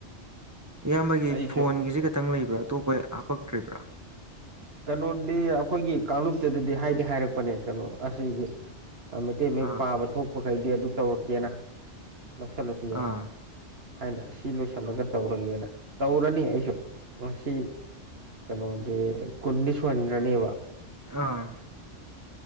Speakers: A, on the right (about 15°); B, on the right (about 55°).
A: ꯏꯌꯥꯝꯕꯒꯤ
B: ꯑꯩꯁꯨ
A: ꯐꯣꯟꯒꯤꯁꯦ ꯈꯛꯇꯪ ꯂꯩꯕ꯭ꯔꯥ ꯑꯇꯣꯞꯄ ꯍꯥꯞꯄꯛꯇ꯭ꯔꯤꯕ꯭ꯔꯥ
B: ꯀꯩꯅꯣꯗꯤ ꯑꯩꯈꯣꯏꯒꯤ ꯀꯥꯡꯂꯨꯞꯇꯨꯗꯗꯤ ꯍꯥꯏꯗꯤ ꯍꯥꯏꯔꯛꯄꯅꯦ ꯀꯩꯅꯣ ꯑꯁꯤꯒꯤ ꯑ ꯃꯩꯇꯩ ꯃꯌꯦꯛ
A: ꯑꯥ
B: ꯄꯥꯕ ꯊꯣꯛꯄꯈꯩꯗꯤ ꯑꯗꯨ ꯇꯧꯔꯛꯀꯦꯅ ꯂꯧꯁꯤꯜꯂꯁꯨ ꯌꯥꯏꯅ
A: ꯑꯥ
B: ꯍꯥꯏꯅ ꯁꯤ ꯂꯣꯏꯁꯤꯜꯂꯒ ꯇꯧꯔꯒꯦꯅ ꯇꯧꯔꯅꯤ ꯑꯩꯁꯨ ꯉꯁꯤ ꯀꯩꯅꯣꯗꯤ ꯀꯨꯟꯗꯤ ꯁꯨꯍꯟꯈ꯭ꯔꯅꯤꯕ
A: ꯑꯥ